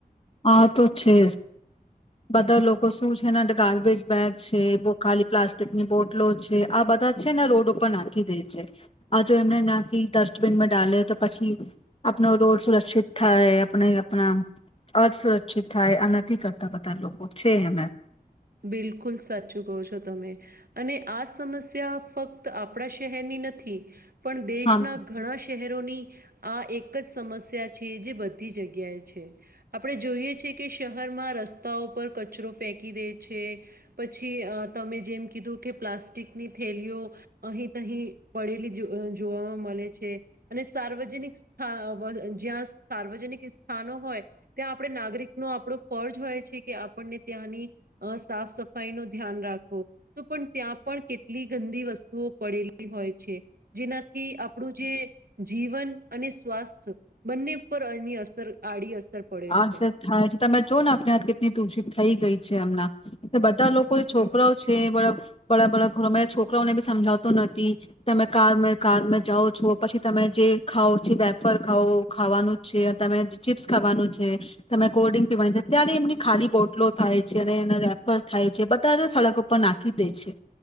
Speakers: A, on the left; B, on the right.
A: હા તો છે બધા લોકો શું છેને ગાર્બેજ બેગ છે ખાલી પ્લાસ્ટિકની બોટલો છે આ બધા છેને રોડ ઉપર નાખી દે છે આ જો એમને નાખી ડસ્ટબીનમાં ડાલે તો પછી આપનો રોડ સુરક્ષિત થાય આપણે આપણા અ સુુરક્ષિત થાય આ નથી કરતા બધા લોકો છે હમ
B: બિલકુલ સાચું કહો છો તમે અને આ સમસ્યા ફક્ત આપણા શહેરની નથી પણ દેશના
A: હા
B: ઘણા શહેર ની આ એક એક જ સમસ્યા છે જે બધા બધી જગ્યાએ છે આપણે જોઈએ છેએ કે શહેરમાં રસ્તાઓ પર કચરો ફેંકી દે છે પછી તમે જેમ કીધું કે પ્લાસ્ટિકની થેલીઓ અહીં તહી પડેલી જોવાવામાં મળે છે અને સાર્વજનિક સ્થ જ્યાં સાર્વજનિક સ્થાનો હોય ત્યાં આપણે નાગરિક નો આપણો ફરજ હોય છે કે આપણને ત્યાંની અ સાફ સફાઈ નું ધ્યાન રાખો તો પણ ત્યાં પણ કેટલી ગંદી વસ્તુઓ પડેલી હોય છે જેનાથી આપણું જે જીવન અને સ્વાસ્થ્ય બંને પર અની અસર આડી અસર પડે
A: આ
B: છે
A: સર થાય છે તમે જો ને આપણે હ કેટલી તુષ થઈ ગઈ એમના બધા લોકો જે છોકરાઓ છે બ બળા ઘરોમાં છોકરાઓને બી સમજાવતો નથી તમે કાર કાર જાઓ છો પછી તમે જે ખાઓ જે વેફર ખાવઓ ખાવાનું છે તમે ચીપ્સ ખાવાનું છે તમે કોલ્ડ ડ્રિક પીવાની છે ત્યારે એમની ખાલી બોટલો થાય છે અને એને રેફર થાય છે બધા સડક ઉપર નાખી દે છે,